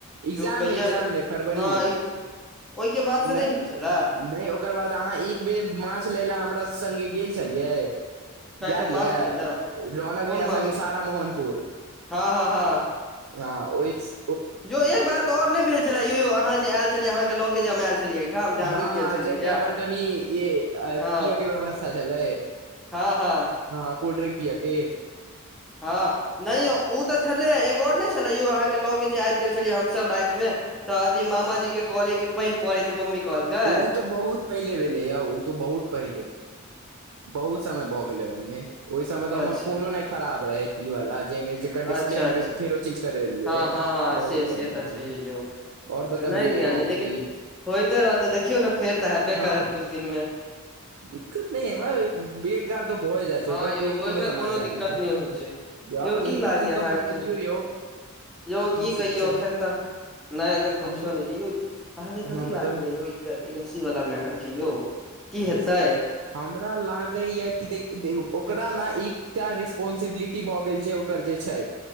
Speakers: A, on the right; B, in the centre.
A: इग्जाम
B: यौ कहिया
A: इग्जाम
B: भे-
A: मे फरवरी
B: हँ
A: मे
B: ई- ओहिके बाद से
A: नहि
B: भेल छलए
A: नहि यौ ओकर बाद अहाँ एक बेर माछ लै ले हमरा सब सङ्गे गेल छलियै
B: काल्हिठाम
A: याद यऽ
B: माछ लै लए
A: रोहना
B: कोन
A: भैया संगे
B: माछ
A: सारा मोहनपुर
B: हँ हँ हँ
A: हँ ओहि से
B: यौ एक बार तऽ और नहि भेल छले यौ अहाँ जे आयल छलियै अहाँ के ल के जे हम आयल छलियै एहिठाम जे अहाँ
A: हँ
B: रुकि
A: हँ
B: गेल छलियै
A: जहिमे
B: यए
A: अपन कनि ई पियै
B: हँ
A: के व्यवस्था छलै
B: हँ हँ
A: हं कोल्डड्रिंक पियऽ के
B: हँ नहि यौ ओ तऽ छलैये एगो आओर नहि छलै यौ अहाँके लऽ केऽ जे आबि गेल छलियै हमसभ राति मे तऽ अथी मामाजी के कहलियै कि पानि पड़ै छैय मम्मी कहलकै
A: उ तो बहुत पहिले भेले यौ ओ तऽ बहुत पहिले बहुत समय भऽ गेलै ओहिमे ओहि समय तऽ
B: अच्छा
A: हमर फोनो नहि खराब रहै ई वाला जाहिमे जेकर डिस्प्ले
B: अच्छा
A: हम
B: अच्छा
A: फेरो चेंज करवेलियै
B: हँ हँ हँ
A: बहुत
B: से से
A: भऽ
B: तऽ छैहे
A: गेलै
B: यौ
A: और बतबिये
B: नहि ध्यान
A: यौ
B: अइ लेकिन
A: की
B: होइते रहतै देखियौ ने फेर तऽ हेबे
A: हँ
B: करत किछु दिन मे
A: दिक्कत नहि है भेटघाट तऽ भऽ जाइ छै
B: हँ
A: ओकर
B: यौ
A: कोइ
B: ओहिमे
A: कोनो समस्या
B: दिक्कत
A: न य
B: नहि होइ छै
A: य
B: यौ
A: अपन
B: की
A: इन्नकम
B: लागैया
A: उन्नकम
B: अहाँके
A: बतबयौ यौ
B: यौ की
A: सब
B: कहियौ
A: छै
B: एखन तऽ नय अखन
A: हमरो
B: कुछो नहि छै यौ अहाँके कथि
A: हँ बताबै
B: लाज होय प्राइवेसी वाला मैटर के यौ की
A: यसी
B: हेतै
A: हमरा लागै या कि देख देखियौ ओकरा
B: देखिए,
A: ने ई टा रिस्पोंसिबिलिटी भऽ गेल छै ओकर जे छै